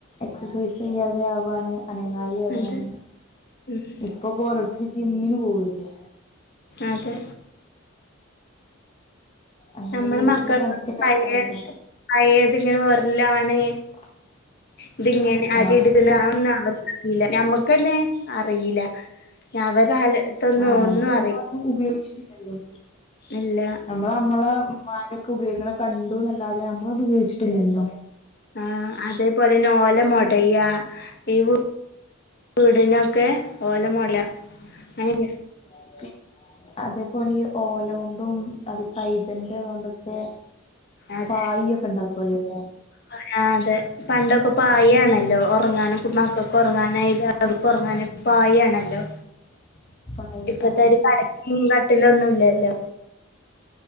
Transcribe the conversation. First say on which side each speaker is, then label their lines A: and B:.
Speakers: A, on the left; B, on the left.
A: എക്സസൈസ് ചെയ്യാതെ ആവു ആണ് അനങ്കാരിയാകാന
B: അതെ ഉം
A: ഇപ്പൊ ഓരോരുത്തര് ജിമ്മിന് പോവല്ലേ.
B: അതെ
A: അങ്ങനെ
B: നമ്മള
A: വീട്ടില്
B: മക്ക
A: കണക്കിലായിട്ടാണല്ലോ
B: പഴേ പഴേ തിങ്ങനെ ഒര്ലാണ്
A: <unintelligible>
B: ഇത് ഇങ്ങനെ അരി
A: ആഹ്
B: എടുക്കുന്ന അതൊന്നും അവർക്കറിയില്ല ഞമ്മ തന്നേ, അറീല്ല, അവരെ കാലത്തൊന്നും
A: ആഹ് നമ്മളിപ്പോ
B: ഒന്നും അറിയി
A: അത് ഉപയോഗിച്ചിട്ടില്ലല്ലോ
B: ന്നല്ല
A: നമ്മൾ നമ്മളെമ്മാരൊക്കെ ഉപയോഗിക്കണ കണ്ടു എന്നല്ലാതെ നമ്മളത് ഉപയോഗിച്ചിട്ടില്ലല്ലോ
B: ആഹ് അതേപോലെന്നെ ഓല
A: പക്ഷെ
B: മൊടയ്യ ഇവ് വീടിനൊക്കെ ഓല മോട ങ്ങന
A: പിന്നെന്തുവാ അതേപോലെ ഈ ഓല കൊണ്ടും അത് കൈതന്റെ ഇതോണ്ടൊക്കെ
B: അതെ
A: പായ് ഒക്കെ ണ്ടാക്കുല്ലോ ല്ലേ
B: ആഹ് അതെ പണ്ടൊക്കെ പായ് ആണല്ലോ ഒറങ്ങാനും കു മക്കക്കൊറങ്ങാനായാലും ആർക്ക് ഒറങ്ങാനായാലും പായ് ആണല്ലോ
A: <unintelligible> പായ്
B: ഇപ്പത്തെമാതിരി
A: ആഹ്
B: കെടക്കിം കട്ടിലൊന്നും ല്ലല്ലോ